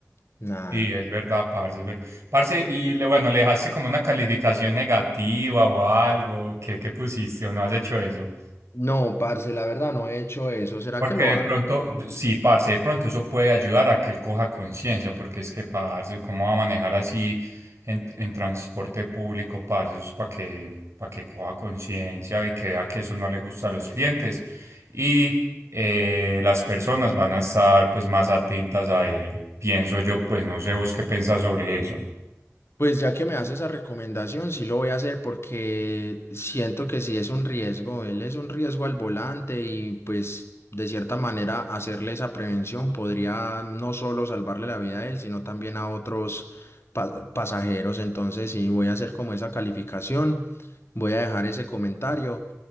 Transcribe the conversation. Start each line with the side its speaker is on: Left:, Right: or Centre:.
Left: Nada.
Right: Sí, es verdad, parce, es verdad. Parce, y le, bueno, ¿le dejaste como una calificación negativa o algo? ¿Qué, qué pusiste o no has hecho eso?
Left: No, parce, la verdad no he hecho eso. ¿Será
Right: Porque
Left: que lo
Right: de
Left: hago?
Right: pronto, d- sí, parce, de pronto eso puede ayudar a que él coja conciencia, porque es que, parce, ¿cómo va a manejar así en, en transporte público, parce? Eso es para que, para que coja conciencia y que vea que eso no le gusta a los clientes. Y eh, las personas van a estar, pues, más atentas a él. Pienso yo, pues, no sé vos qué pensás sobre eso.
Left: Pues ya que me hace esa recomendación, sí lo voy a hacer porque siento que sí es un riesgo. Él es un riesgo al volante y pues de cierta manera hacerle esa prevención podría no solo salvarle la vida a él, sino también a otros pa- pasajeros. Entonces sí voy a hacer como esa calificación, voy a dejar ese comentario